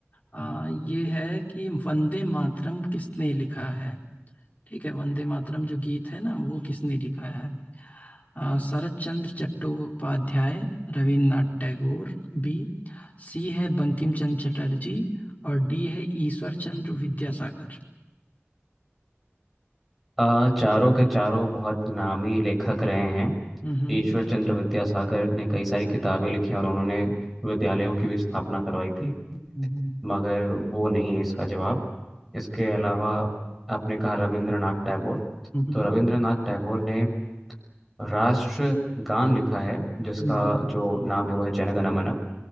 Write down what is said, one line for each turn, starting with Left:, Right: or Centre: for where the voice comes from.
Left: आ, ये है कि वंदे मातरम किसने लिखा है ठीक है वंदे मातरम जो गीत है ना वो किसने लिखा है आ, शरत चंद्र चट्टोपाध्याय रविन्द्रनाथ टैगोर बी सी है बंकिम चंद्र चटर्जी और डी है ईश्वर चंद्र विद्यासागर
Centre: अ, चारों के चारों बहुत नामी लेखक रहे हैं
Left: हम्म
Centre: ईश्वर चंद्र विद्यासागर ने कई सारी किताबें लिखी और उन्होंने विद्यालयों की भी स्थापना करवाई थी
Left: हम्म
Centre: मगर वो नहीं है इसका जवाब इसके अलावा आपने कहा रविंद्रनाथ टैगोर
Left: हम्म
Centre: तो रविंद्रनाथ टैगोर ने राष्ट्र गान लिखा है जिसका
Left: हम्म
Centre: जो नाम है वो है जनगण मन